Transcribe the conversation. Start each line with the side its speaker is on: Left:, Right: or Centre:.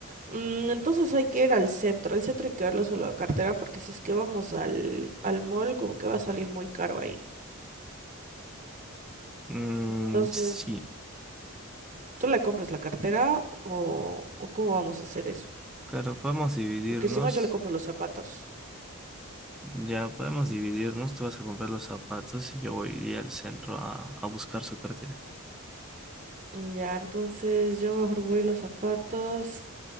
Right: Mm, Entonces hay que ir al centro. Al centro hay que verlo solo la cartera porque si es que vamos al, al mall, como que va a salir muy caro ahí.
Centre: Mm,
Right: Entonces,
Centre: sí,
Right: ¿tú le compras la cartera o, o cómo vamos a hacer eso?
Centre: claro, podemos dividirnos.
Right: Porque si no, yo le compro los zapatos.
Centre: Ya podemos
Right: Ujú.
Centre: dividirnos, tú vas a comprar los zapatos y yo voy a al centro a, a buscar su cartera.
Right: Ya, entonces yo mejor voy los zapatos.